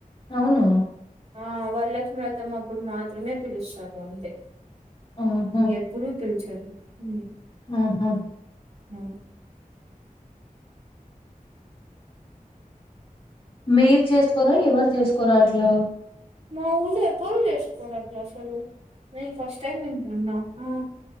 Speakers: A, on the left (about 40°); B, on the right (about 45°).
A: అవును
B: ఆ వరలక్ష్మి వ్రతం అప్పుడు మాత్రమే పిలుస్తారు అంతే
A: ఆహా,
B: ఇంకెప్పుడూ పిల్చ్ మ్
A: ఆహా
B: అ
A: మీర్ చేస్కోరా ఎవర్ చేస్ కోరా అట్లా
B: మా ఊర్లో ఎవ్వరు చేసుకోరట్ల అసలు నేను ఫస్ట్ టైమ్ వింటున్నా ఆ